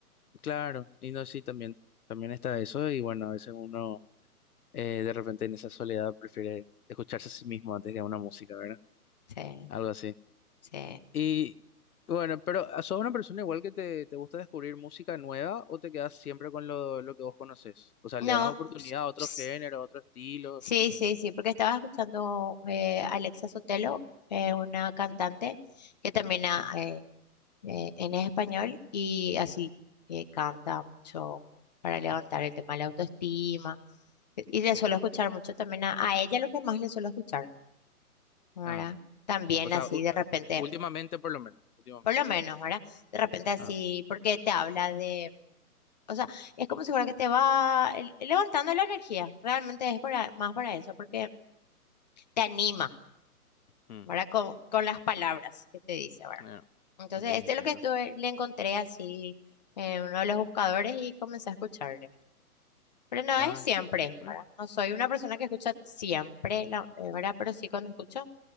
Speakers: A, on the left; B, on the left.
A: claro, y no, sí, también, también está eso, y bueno, a veces uno eh, de repente en esa soledad prefiere escucharse a sí mismo antes que a una música, ¿verdad?
B: Sí,
A: Algo así.
B: sí.
A: Y bueno, pero ¿ah, ¿sos una persona igual que te, te gusta descubrir música nueva o te quedas siempre con lo, lo que vos conoces? O sea,
B: No,
A: ¿le das oportunidad
B: ps-
A: a otros
B: ps-
A: géneros, a otros estilos?
B: sí, sí, sí, porque estaba escuchando eh, Alexa Sotelo, eh, una cantante
A: Ujú,
B: que también ha,
A: ujú.
B: eh, eh, en español y así eh, canta mucho para levantar el tema de la autoestima. E, Y le suelo escuchar mucho también a, a ella lo que más le suelo escuchar, ¿verdad?
A: Ah,
B: También
A: o sea,
B: así
A: u-
B: de repente,
A: últimamente por lo menos, últimamente.
B: por lo menos, ¿verdad? De repente así,
A: Ah,
B: porque te habla de, o sea, es como si fuera que te va el- levantando la energía, realmente es para, más para eso, porque te anima,
A: mm,
B: ¿verdad? Con, con las palabras que te dice, ¿verdad?
A: ah,
B: Entonces,
A: ok, entiendo.
B: este es lo que estuve, le encontré así en uno de los buscadores y comencé a escucharle. Pero no
A: Ah,
B: es siempre,
A: ya. Bueno,
B: ¿verdad? No soy una persona que escucha siempre, la, eh, ¿verdad? Pero sí cuando escucho,